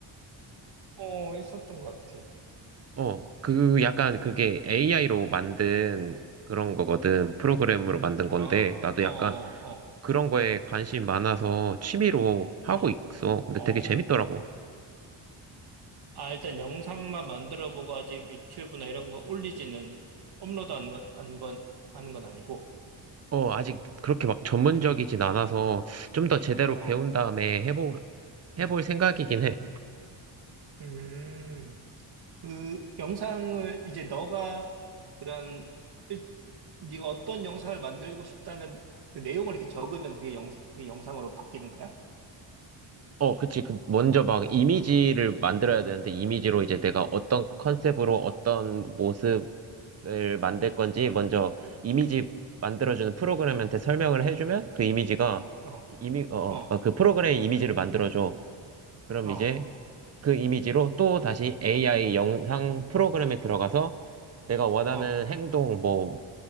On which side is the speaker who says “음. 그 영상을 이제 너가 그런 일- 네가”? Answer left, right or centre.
Right